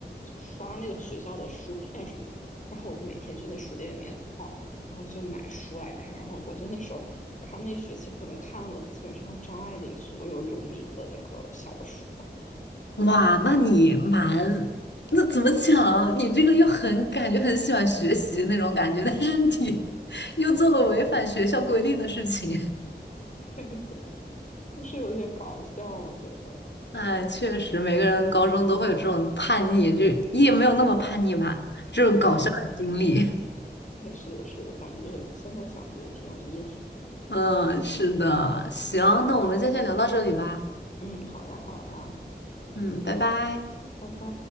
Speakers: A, on the left; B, on the left.
A: 刷那个学校的书店什么的，然后我就每天去那书店里面晃，然后就买书来看，然后我就那时候看那学期可能看了基本上张爱玲所有有名的那个小说，
B: 哇，那你蛮，那怎么讲？你这个又很感觉很喜欢学习那种感觉，<laughs> 但是你 <laughs> 又做了违反学校规定的事情。
A: <laughs> 就是有点搞笑，我觉得。
B: 哎，确实，每个人高中都会有这种叛逆，就也没有那么叛逆吧，这种搞笑的经历。
A: 对，是的，是的，反正就现在想觉得挺有意思。
B: <laughs> 嗯，是的，行，那我们就先聊到这里吧。
A: 嗯，好呀，好呀，
B: 嗯，拜拜。
A: 拜拜。